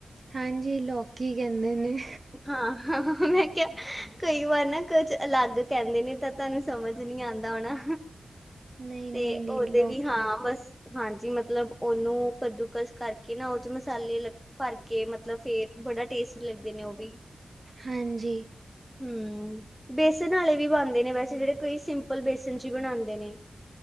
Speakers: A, on the right (about 40°); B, in the centre.
A: ਹਾਂਜੀ ਲੋਕੀ ਕਹਿੰਦੇ ਨੇ
B: ਹਾਂ ਹਾਂ ਕਈ ਵਾਰ ਨਾ ਕੁਝ ਅਲੱਗ ਕਹਿੰਦੇ ਨੇ ਤਾਂ ਤੁਹਾਨੂੰ ਸਮਝ ਨੀ ਆਉਂਦਾ ਹੋਣਾ
A: ਨਹੀਂ-ਨਹੀਂ-ਨਹੀਂ
B: ਤੇ ਉਹਦੇ
A: ਲੌਕੀ
B: ਵੀ ਹਾਂ ਬਸ ਹਾਂਜੀ ਮਤਲਬ ਉਹਨੂੰ ਕੱਦੂਕਸ ਕਰਕੇ ਨਾ ਉਹ ਚ ਮਸਾਲੇ ਭਰ ਕੇ ਮਤਲਬ ਫੇਰ ਬੜਾ ਟੇਸਟੀ ਲੱਗਦੇ ਨੇ ਉਹ ਬਈ <unintelligible>
A: ਹਾਂਜੀ
B: ਹਮ ਬੇਸਨ ਵਾਲੇ ਵੀ ਬਣਦੇ ਨੇ ਵੈਸੇ ਜਿਹੜੇ ਕੋਈ ਸਿੰਪਲ ਬੇਸਨ ਚ ਬਣਾਉਂਦੇ ਨੇ